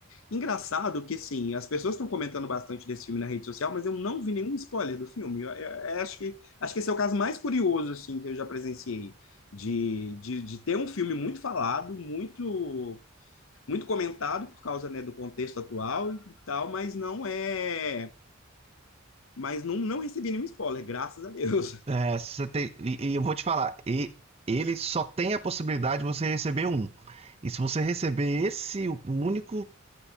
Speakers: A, on the left (about 75°); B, on the right (about 30°).
A: Engraçado que, assim, as pessoas estão comentando bastante desse filme na rede social, mas eu não vi nenhum spoiler do filme. Eu, eu- eu acho que, acho que esse é o caso mais curioso, assim, que eu já presenciei. De, de, de ter um filme muito falado, muito muito comentado por causa, né, do contexto atual e tal, mas não é, mas não, não recebi nenhum spoiler, graças a Deus.
B: É, você tem, e, e eu vou te falar, e ele só tem a possibilidade de você receber um. E se você receber esse único,